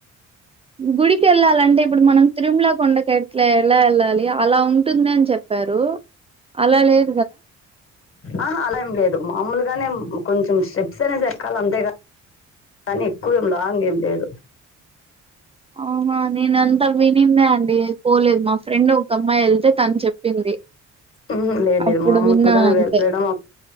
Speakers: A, on the right; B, on the left.
A: గుడికి వెళ్ళాలంటే ఇప్పుడు మనం తిరుమల కొండకట్ల ఎలా వెళ్ళాలి అలా ఉంటుంది అని చెప్పారు అలా లేద
B: ఆా అలాం లేదు మామూలుగానే కొంచెం స్టెప్స్ అనేసి ఎక్కాలి అంతేగానీ కానీ ఎక్కువేం లాంగ్ ఏం లేదు
A: అహ నేన అంతా వినిందే అండి పోలేదు మా ఫ్రెండ్ ఒక అమ్మాయి వెళ్తే తను చెప్పింది
B: ఊహు లేదు
A: అప్పుడు
B: లేదు మామూలుగానే
A: విన్నా అంతే
B: వెళ్ళడం